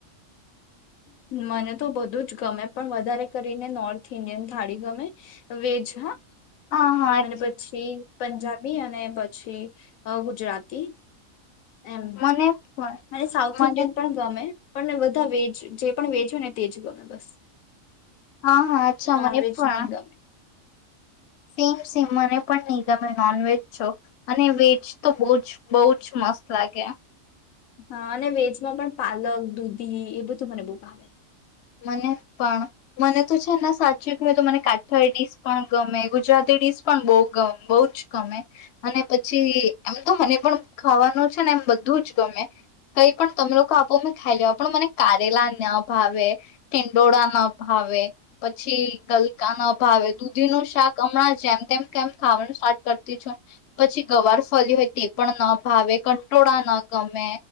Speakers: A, on the left (about 85°); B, on the left (about 60°).
A: મને તો બધું જ ગમે પણ વધારે કરીને નોર્થ ઇન્ડિયન થાળી ગમે વેજ હા
B: હા હા
A: અને પછી પંજાબી બી અને પછી ગુજરાતી એમ
B: મને પણ
A: અને સાઉથ
B: મને
A: ઇન્ડિયન પણ ગમે પણને બધા વેજ જે પણ વેજ હોય ને તેજ ગમે બસ
B: હા હા અચ્છા
A: નોનવેજ
B: મને પણ
A: નહી ગમે
B: સેમ સેમ મને પણ નિગમ ત નોન વજ છો અને વેજ તો બ જ બહ જ મસ્ત લાગે
A: હા અને વેજમાં પણ પાલક દૂધી એ બધું મને બહુ આવે
B: મને પણ મને તો છે ને સાચી કય તો મને કાઠ ડીશ પણ ગમે ગુજરાતી ડીસ પણ બહમે બહુ જ ગમે અને પછી એમ તો મને પણ ખાવાનું છે ને એમ બધું જ ગમે કઈ પણ તમે લોકો આપોં ખાઈ લેવા પણ મને કારેલા ના ભાવે ઠીંડોળ ના ભાવે પછી ગલકા ના ભાવે દૂધી ન શાક હમણાં જેમ તેમ કેમ ખાવાનું સ્ટાર્ટ કરતી છું પછી ગવાર ફરી હોય તે પણ ના ભાવે કંટોળા ના ગમે